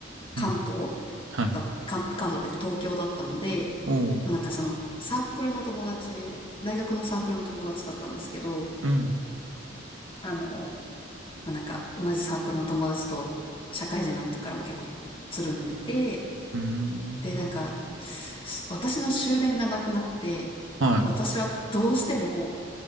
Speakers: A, on the left (about 30°); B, on the right (about 80°).
A: 関東
B: うん、はい。
A: だ、関、関東っていうか東京だったので、
B: おう、
A: まあなんかそのサークルの友達、大学のサークルの友達だったんですけど、
B: うん、
A: あの、まあなんか同じサークルの友達と社会人になってからも結構つるんでて、
B: うーん。
A: でなんか、し私の終電がなくなって、
B: は
A: 私はどうしても